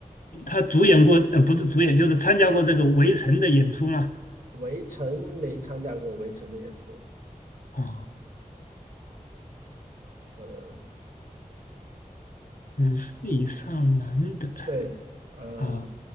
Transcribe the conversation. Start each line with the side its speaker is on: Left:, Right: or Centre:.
Left: 他主演过，呃，不是主演，就是参加过这个《围城》的演出吗？
Right: 围城没参加过围城的演出，
Left: 啊、
Right: 呃，
Left: 五十以上男的
Right: 对，呃，
Left: 啊、